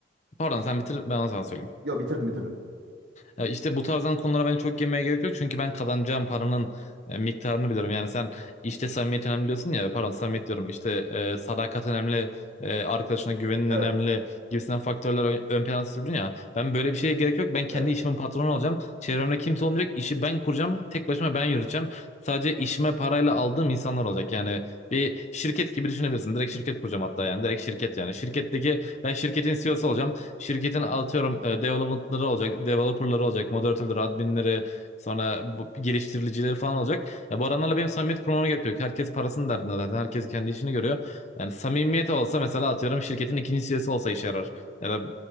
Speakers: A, on the left; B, on the right.
A: pardon sen bitir ben onu sana söyleyeyim.
B: Yo bitirdim bitirdim.
A: Ya İşte bu tarzdan konulara bence çok girmeye gerek yok. Çünkü ben kazanacağım paranın e, miktarını biliyorum. Yani sen işte samimiyet önemli diyorsun ya. Pardon samimiyet diyorum. İşte e, sadakat önemli. e, arkadaşına güvenin
B: Evet.
A: önemli. Gibisinden faktörler ön, ön plana sürdün ya. Ben böyle bir şeye gerek yok. Ben kendi
B: Evet.
A: işimin patronu olacağım. Çevremde kimse olmayacak. İşi ben kuracağım. Tek başıma ben yürüteceğim. Sadece işime parayla aldığım insanlar olacak. Yani bir şirket gibi düşünebilirsin. Direkt şirket kuracağım hatta yani. Direkt şirket yani. Şirketteki ben şirketin CEO'su olacağım şirketin atıyorum e, development'ları olacak, developer'ları olacak, moderatörleri, adminleri, sonra bu, geliştiricileri falan olacak. Ya bu adamlarla benim samimiyet kurmama gerek yok. Herkes parasının derdinde zaten. Herkes kendi işini görüyor. Yani samimiyet olsa mesela atıyorum şirketin ikinci CEO'su olsa işe yarar. Ya da